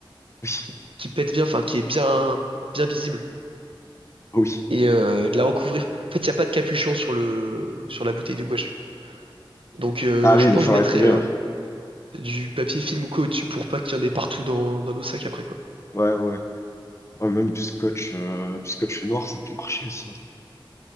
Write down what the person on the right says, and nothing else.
qui, qui pète bien, enfin qui est bien, bien visible,
et euh, de la recouvrir. En fait, il n'y a pas de capuchon sur le, sur la bouteille de gouache. Donc, euh,
je
pense
que je mettrai
euh, du papier film ou quoi au-dessus pour pas qu'il y en ait partout dans, dans nos sacs après, quoi.